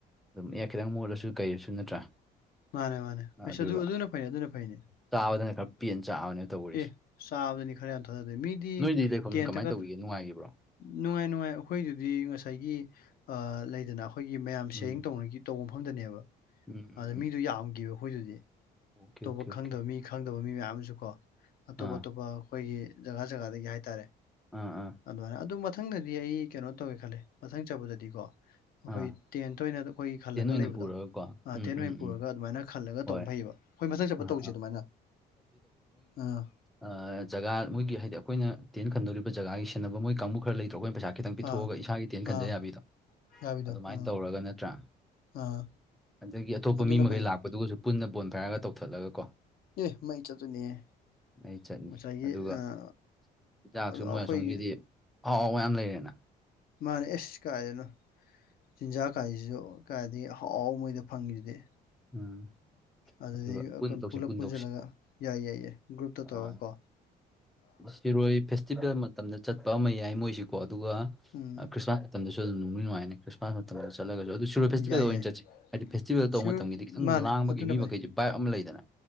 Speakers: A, in the centre; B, on the left (about 60°).
A: ꯑꯗꯨꯝ ꯑꯦ ꯈꯤꯇꯪ ꯃꯣꯠꯂꯁꯨ ꯀꯩꯔꯁꯨ ꯅꯠꯇ꯭ꯔꯥ
B: ꯃꯥꯅꯦ ꯃꯥꯅꯦ ꯑꯩꯁꯨ
A: ꯑꯗꯨꯒ
B: ꯑꯗꯨꯅ ꯑꯗꯨꯅ ꯐꯩꯅꯦ ꯑꯗꯨꯅ ꯐꯩꯅꯦ
A: ꯆꯥꯕꯗꯅ ꯈꯔ ꯄꯦꯟꯅ ꯆꯥꯕꯅꯦ ꯇꯧꯔꯤꯁꯦ
B: ꯑꯦ ꯆꯥꯕꯗꯅꯤ ꯈꯔ ꯌꯥꯝ ꯊꯥꯗꯗꯦ ꯃꯤꯗꯤ
A: ꯅꯣꯏꯗꯤ ꯂꯩ ꯐꯝ
B: ꯇꯦꯟ
A: ꯀꯃꯥꯏꯅ
B: ꯊꯥꯒꯠ
A: ꯇꯧꯈꯤꯒꯦ ꯅꯨꯡꯉꯥꯏꯈꯤꯕ꯭ꯔꯣ
B: ꯅꯨꯡꯉꯥꯏ ꯅꯨꯡꯉꯥꯏ ꯑꯩꯈꯣꯏꯗꯨꯗꯤ ꯉꯁꯥꯏꯒꯤ ꯑ ꯂꯩꯗꯅ ꯑꯩꯈꯣꯏꯒꯤ ꯃꯌꯥꯝ ꯁꯤꯌꯔꯤꯡ
A: ꯎꯝ
B: ꯇꯧꯅꯒꯤ ꯇꯧꯕ ꯃꯐꯝꯗꯅꯦꯕ
A: ꯎꯝ ꯎꯝ
B: ꯑꯗ
A: ꯎꯝ
B: ꯃꯤꯗꯨ ꯌꯥꯝꯈꯤꯕ ꯑꯩꯈꯣꯏꯗꯨꯗꯤ
A: ꯑꯣꯀꯦ
B: ꯑꯇꯣꯞꯄ
A: ꯑꯣꯀꯦ
B: ꯈꯪꯗꯕ
A: ꯑꯣꯀꯦ
B: ꯃꯤ ꯈꯪꯗꯕ ꯃꯤ ꯃꯌꯥꯝ ꯑꯃꯁꯨ ꯀꯣ ꯑꯇꯣꯞ
A: ꯑꯥ
B: ꯑꯇꯣꯞꯄ ꯑꯩꯈꯣꯏꯒꯤ ꯖꯒꯥ ꯖꯒꯥꯗꯒꯤ ꯍꯥꯏꯇꯥꯔꯦ
A: ꯑꯥ ꯑꯥ
B: ꯑꯗꯨꯃꯥꯏꯅ ꯑꯗꯨ ꯃꯊꯪꯗꯗꯤ ꯑꯩ ꯀꯩꯅꯣ ꯇꯧꯒꯦ ꯈꯜꯂꯦ ꯃꯊꯪ ꯆꯠꯄꯗꯗꯤꯀꯣ ꯑꯩꯈꯣꯏ
A: ꯑꯥ
B: ꯇꯦꯟꯇ ꯑꯣꯏꯅ ꯑꯩꯈꯣꯏꯒꯤ ꯈꯜꯂꯒ
A: ꯇꯦꯟ ꯑꯣꯏꯅ
B: ꯂꯩꯕꯗꯣ
A: ꯄꯨꯔꯒꯀꯣ ꯎꯝ
B: ꯇꯦꯟ ꯑꯣꯏꯅ
A: ꯎꯝ
B: ꯄꯨꯔꯒ
A: ꯎꯝ
B: ꯑꯗꯨꯃꯥꯏꯅ ꯈꯜꯂꯒ
A: ꯍꯣꯏ
B: ꯇꯧꯕ ꯐꯩꯌꯦꯕ ꯑꯩꯈꯣꯢ ꯃꯊꯪ ꯆꯠꯄꯗ
A: ꯑꯥ
B: ꯇꯧꯁꯦ
A: ꯑꯥ
B: ꯑꯗꯨꯃꯥꯏꯅ ꯑꯥ
A: ꯑꯥ ꯖꯒꯥ ꯃꯣꯏꯒꯤ ꯍꯥꯏꯗꯤ ꯑꯩꯈꯣꯏꯅ ꯇꯦꯟ ꯈꯟꯗꯣꯔꯤꯕ ꯖꯒꯥꯒꯤ ꯁꯦꯟꯅꯕ ꯃꯣꯏ ꯀꯥꯡꯕꯨ ꯈꯔ ꯂꯩꯇ꯭ꯔꯣ ꯑꯩꯈꯣꯏꯅ ꯄꯩꯁꯥ ꯈꯤꯇꯪ ꯄꯤꯊꯣꯛꯑꯒ
B: ꯑꯥ
A: ꯏꯁꯥꯒꯤ ꯇꯦꯟ ꯈꯟꯖ
B: ꯑꯥ
A: ꯌꯥꯕꯤꯗꯣ
B: ꯌꯥꯕꯤꯗꯣ
A: ꯑꯗꯨꯃꯥꯏꯅ
B: ꯑꯥ
A: ꯇꯧꯔꯒ ꯅꯠꯇ꯭ꯔꯥ
B: ꯑꯥ
A: ꯑꯗꯒꯤ ꯑꯇꯣꯞꯄ
B: ꯑꯗꯨꯅ
A: ꯃꯤ ꯃꯈꯩ
B: ꯐꯩꯌꯦꯕ
A: ꯂꯥꯛꯄꯗꯨꯒꯁꯨ ꯄꯨꯟꯅ ꯕꯣꯟ ꯐꯥꯏꯔꯒ ꯇꯧꯊꯠꯂꯒ ꯀꯣ
B: ꯑꯦ ꯃꯩ ꯆꯠꯇꯣꯏꯅꯤ ꯍꯦ
A: ꯑꯩ ꯆꯠꯅꯤ
B: ꯉꯁꯥꯏꯒꯤ
A: ꯑꯗꯨꯒ
B: ꯑꯥ
A: ꯆꯤꯟꯖꯥꯛꯁꯨ
B: ꯑꯗꯣ ꯑꯩꯈꯣꯏꯒꯤ
A: ꯃꯣꯏ ꯑꯁꯣꯝꯒꯤꯗꯤ ꯑꯍꯥꯎ ꯃꯌꯥꯝ ꯂꯩꯔꯦꯅ
B: ꯃꯥꯅꯦ ꯑꯦꯁ ꯀꯥꯏꯗꯩꯩꯅꯣ ꯆꯤꯟꯖꯥꯛ ꯀꯥꯏꯁꯤꯁꯨ ꯀꯥꯏꯗꯒꯤ ꯑꯍꯥꯎ ꯑꯍꯥꯎꯕ ꯃꯣꯏꯗ ꯐꯪꯉꯤꯁꯤꯗꯤ
A: ꯎꯝ
B: ꯑꯗꯨꯗꯗꯤ
A: ꯑꯗꯨꯒ ꯄꯨꯟ
B: ꯑꯩꯈꯣꯏ
A: ꯇꯧꯁꯤ
B: ꯄꯨꯂꯞ
A: ꯄꯨꯟ
B: ꯄꯨꯟꯁꯤꯜꯂꯒ
A: ꯇꯧꯁꯤ
B: ꯌꯥꯏ ꯌꯥꯏ ꯌꯥꯏ ꯒ꯭ꯔꯨꯞꯇ
A: ꯑ,
B: ꯇꯧꯔꯒ ꯀꯣ
A: ꯁꯤꯔꯣꯏ ꯐꯦꯁꯇꯤꯚꯦꯜ ꯃꯇꯝꯗ ꯆꯠꯄ ꯑꯃ ꯌꯥꯏ ꯃꯣꯏꯁꯤꯀꯣ ꯑꯗꯨꯒ
B: ꯎꯝ
A: ꯈ꯭ꯔꯤꯁꯃꯥꯁ ꯃꯇꯝꯗꯁꯨ ꯑꯗꯨꯝ ꯅꯨꯡꯗꯤ ꯅꯨꯡꯉꯥꯏꯅꯤ ꯈ꯭ꯔꯤꯁꯃꯥꯁ ꯃꯇꯝꯗ ꯆꯠꯂꯒꯁꯨ ꯑꯗꯨ ꯁꯤꯔꯣꯏ ꯐꯦꯁꯇꯤꯚꯦꯜꯗ
B: ꯌꯥꯏ
A: ꯑꯣꯏꯅ
B: ꯌꯥꯏ
A: ꯆꯠꯁꯤ ꯍꯥꯏꯗꯤ ꯐꯦꯁꯇꯤꯚꯦꯜ
B: ꯁꯤ
A: ꯇꯧꯕ ꯃꯇꯝꯒꯤꯗꯤ ꯈꯤꯇꯪ
B: ꯃꯥꯅꯦ
A: ꯂꯥꯡꯕꯒꯤ
B: ꯑꯗꯨꯅ
A: ꯃꯤ
B: ꯐꯩ
A: ꯃꯈꯩꯁꯦ ꯕꯥꯏꯞ ꯑꯃ ꯂꯩꯗꯅ